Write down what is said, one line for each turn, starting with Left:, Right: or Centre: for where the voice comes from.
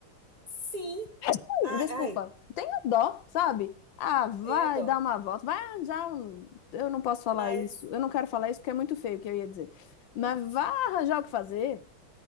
Right: sim.
Left: É assim,
Right: Ai,
Left: Desculpa,
Right: ai,
Left: tenha dó, sabe? Ah, vai
Right: tenha dó.
Left: dar uma volta, vai arranjar um, eu não posso falar
Right: Mas,
Left: isso, eu não quero falar isso porque é muito feio o que eu ia dizer, mas
Right: <laughs>
Left: vai arranjar o que fazer,